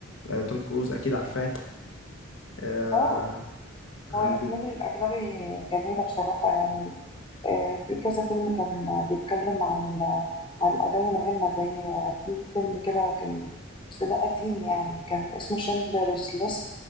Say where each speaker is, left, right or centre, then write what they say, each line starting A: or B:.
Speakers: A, on the left (about 80°); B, on the left (about 25°).
A: آه، توم كروز اكيد عارفاه آه،
B: اه
A: عندك
B: هو الأفلام الأجنبي جميلة بصراحة يعني آه، في كذا فيلم كان بيتكلم عن عن قضايا مهمة زي آه، في فيلم كده كان بس ده قديم يعني كان اسمه شندلرز ليست